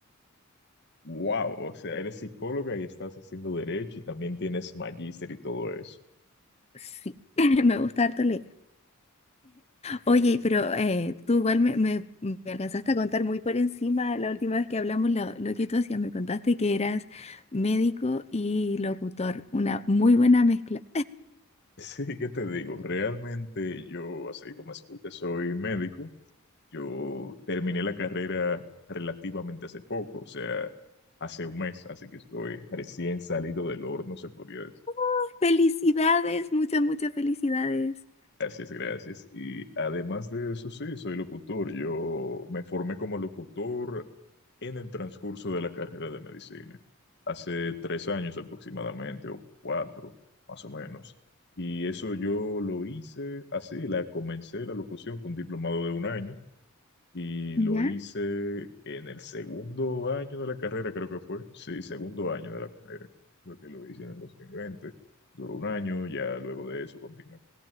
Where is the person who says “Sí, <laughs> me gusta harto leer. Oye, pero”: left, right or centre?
Left